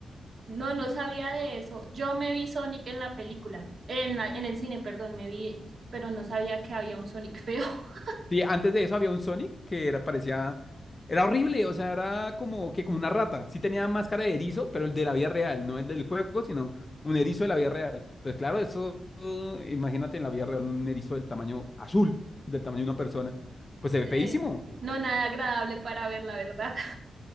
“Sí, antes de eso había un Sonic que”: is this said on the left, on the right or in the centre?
Left